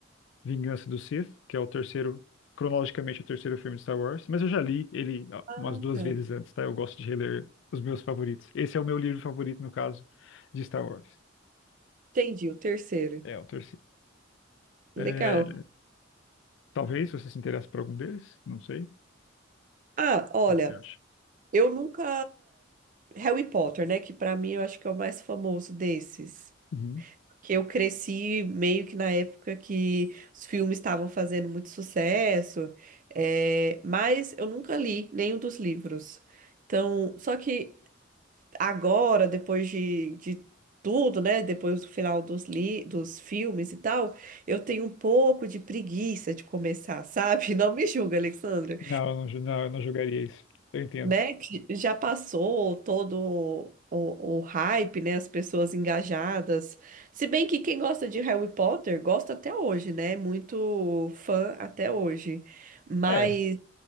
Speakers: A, on the left; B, on the right.
A: Vingança do Sith, que é o terceiro, cronologicamente o terceiro filme de Star Wars, mas eu já li ele ah,
B: Ah,
A: umas duas
B: tá.
A: vezes antes, tá? Eu gosto de reler os meus favoritos. Esse é o meu livro favorito, no caso, de Star Wars.
B: Entendi, o terceiro.
A: É o terceiro. É,
B: Legal.
A: talvez você se interesse por algum deles, não sei.
B: Ah, olha.
A: O que você acha?
B: Eu nunca. Harry Potter, né? Que pra mim eu acho que é o mais famoso desses.
A: Uhum.
B: Que eu cresci meio que na época que os filmes estavam fazendo muito sucesso. é, Mas eu nunca li nenhum dos livros. Então, só que agora, depois de, de tudo, né? Depois do final dos, li... dos filmes e tal, eu tenho um pouco de preguiça de começar, <laughs> sabe? Não me julga, Alexandra
A: Não, eu não, jo- não, eu não jogaria isso. Eu entendo.
B: né, que já passou todo o, o hype, né, as pessoas engajadas. Se bem que quem gosta de Harry Potter gosta até hoje, né, é muito fã até hoje. Mas
A: É,